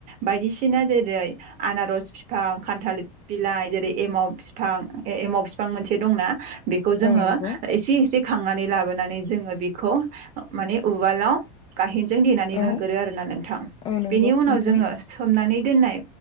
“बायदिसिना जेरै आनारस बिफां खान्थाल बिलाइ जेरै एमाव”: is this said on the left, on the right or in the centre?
Right